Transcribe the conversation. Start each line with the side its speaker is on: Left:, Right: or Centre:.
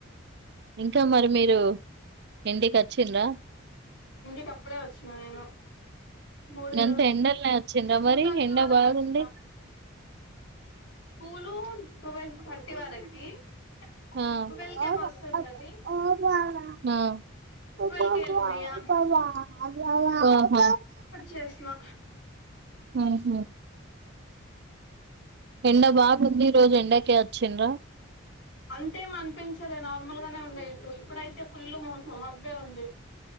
Right: ఇంకా మరి మీరు ఇంటికి వచ్చిర్రా
Left: ఇంటికి అప్పుడే వచ్చిన నేను మూడు
Right: గంత ఎండలనే వచ్చిండ్రా
Left: టూ
Right: మరి
Left: థర్టీ
Right: ఎండ
Left: వరకు
Right: బాగుంది
Left: వచ్చినా స్కూలు ట్వోవెల్ థర్టీ వరకి కానీ
Right: మ్
Left: ట్వెల్వ్ కే బస్సు ఉంటది
Right: మ్ హ్మ్
Left: ట్వెల్వ్ కే వెళ్ళిన ఇగ
Right: హూ!
Left: చేసినా.
Right: మ్ హు. ఎండ బాగుంది ఈ రోజు ఎండకే వచ్చిండ్ర్రా
Left: అంతేమి అనిపించలేదు, నార్మల్ గానే ఉండే ఇటు, ఇప్పుడయితే ఫుల్ మబ్బే ఉంది.